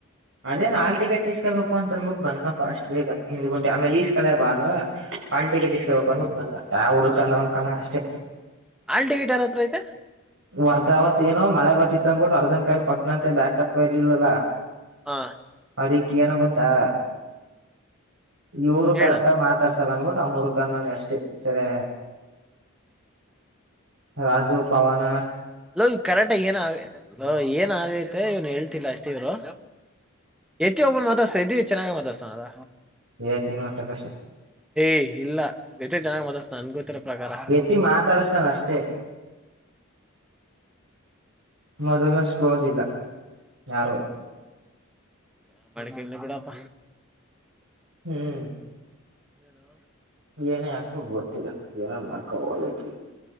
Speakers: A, on the right; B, in the centre.
A: ಅದೇ ನಾ ಟಿಕೆಟ್ ಇಸ್ಕೊಬೇಕ ಅಂತಂದನ್ಬಿಟ್ಟು ಬಂದ ಪಫಾಸ್ಟ್ ಬೇಕ ಹಿಂದ್ ಗಂಟೆ ಆಮೇಲೆ ಈಸ್ ಕಳೆ ಬ ಅ್ರ ಹಾಲ್ ಟಿಕೆಟ್ ಇಸ್ಕಬೇಕ ಬಂದ ಅವರು ಕಂದ ಒೊಂಡ ಕಲ ಅಷ್ಟೇ
B: ಆಳ್ ಟಿಕೆಟ್ ಯಾರ ಹತ್ರ ಐತೆ
A: ವರ್ಧಾವತ್ ಏನೋ ಮಳೆ ಬತ್ತತ್ ಅಂದ್ಬಿಟ್ಟು ಅರ್ಧನ್ ಕಾಯಲಿ ಕೊಟ್ಟನಂತೆ ಬ್ಯಾಗ ತಕ್ಕಕೋ ಇರ್ಲಿಲ್ಲಲ್ಲಾ
B: ಹಾ
A: ಅದಕ್ ಏನ ಗೊತ್ತಾ ಇವರು
B: ಹೇಳು
A: ಕರೆಕ್ಟ್ಗ ಮಾತಾಡ್ ್ಬಿಟ್ಟು ಅವ್ನೂರುಕಾನ ಎಷ್ಟು ಸರಿ ರಾಜು ಪನ
B: ನ ಕರೆಕ್ಟ್ಾಗಿ ಏನ ಏನ್ ಆಗೈತೆ ಇವನ್ ಹೇಳ್ತಿಲ್ಲ ಅಷ್ಟಿದವ್ರು ಎತ್ತಿ ಒಬ್ಬ ಮಾತಾತ ಎದ ಚೆನ್ನಾಗ ಮ ಮಾತಾಸ್ತನ ಅದ
A: ಈ ತೀನ್ ವರ್ಷ ಪಕ್ಷೆ
B: ಏಯ್ ಇಲ್ಲ ಜತೆ ಜನ ಮತಸ್ ನನ್ಗೊತಿರ ಪ್ರಕಾರ ಹಾ
A: ಎತ್ತಿ ಮಾತಾಡಸ್ತಾನ ಅಷ್ಟೇ ಮೊದಲ್ನಷ್ಟು ಕ್ಲೋಸ್ ಇಲ್ಲ ಯಾರು
B: ಹ ಮಡಿಕಲ್ಲ ಬಿಡಪ್ಪ
A: ಹ್ಮ್
B: ಣ
A: ಏನ ಯಾಕ ಗೊತ್ತಿಲ್ಲ ಏನೋ ಮಾಡ್ಕೋದತ್